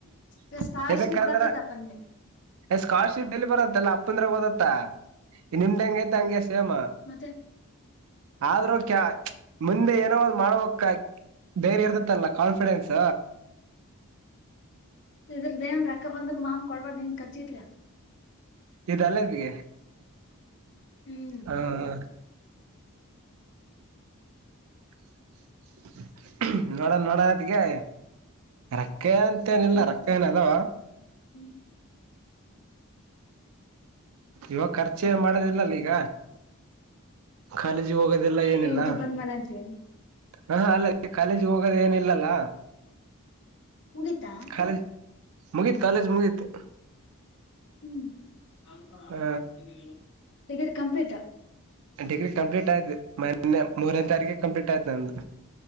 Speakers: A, on the right (about 70°); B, on the left (about 50°).
A: <inaudible>
B: ಈಗ ಸ್ಕಾಲರ್ಶಿಪ್
A: ಏನಕ್ಕಂದ್ರ
B: ಬರ್ತತಪ್ಪ ನಿಗೆ
A: ಸ್ಕಾಲರ್ಶಿಪ್ ಎಲ್ಲಿ ಬರತ್ತಲ್ಲ ಅಪ್ಪಂದ್ರೆ ಓದತ್ತ ನಿಮ್ದ ಹೆಂಗ ಐತೆ ಹಂಗೆ ಸೇಮ
B: ಮತ್ತೆ
A: ಆದ್ರೂ ಕ್ಯಾ ಮುಂದೆ ಏನೋ ಒಂದು ಮಾಡ್ವಕ್ ಧೈರ್ಯ ಇರ್ತತ್ತಲ್ಲ ಕಾನ್ಫಿಡೆನ್ಸ್
B: ಇದ್ರ ದೇನ್ ರೊಕ್ಕ ಬಂದ್ರ ಮಾಮನ್ ಕೊಡ್ಬಾರ ನೀನ್ ಕಾರ್ಚಿಗ್ ಇಟ್ಕ
A: ಇದುಲ್ಲಗಿ.
B: ಹ್ಮ್.
A: ಹಾ ಹಾ. <inaudible> ನೋಡನ್ ನೋಡನತಿಗೆ. ರಕ್ಕ ಅಂತೆನಿಲ್ಲ ರೊಕ್ಕ ಏನ್ ಅದವ.
B: ಹ್ಮ್.
A: ಇವಾಗ್ ಖರ್ಚೆನ್ ಮಾಡದಿಲ್ಲಲಿಗ. ಕಾಲೇಜಿಗೋಗದಿಲ್ಲ ಏನಿಲ್ಲ.
B: ಹೆಂಡ್ತಿ ಬಂದ್ಮೇಲೆ
A: <inaudible>
B: ಅಂತೀವಿ
A: ಹಾ ಹಾ ಅಲ್ಲ ಕಾಲೇಜಿಗೋಗದೇನಿಲಲ್ಲ.
B: ಮುಗಿತಾ.
A: ಕಾಲೇಜ್ ಮುಗೀತ್ ಕಾಲೇಜ್ ಮುಗೀತು.
B: ಹ್ಮ
A: ಆ
B: <inaudible> ಡಿಗ್ರಿ ಕಂಪ್ಲೀಟ್.
A: ಡಿಗ್ರಿ ಕಂಪ್ಲೀಟ್ ಆಯ್ತು ಮನ್ನೆ ಮೂರ್ನೇ ತಾರೀಕೆ ಕಂಪ್ಲೀಟ್ ಆಯ್ತು ನಂದು.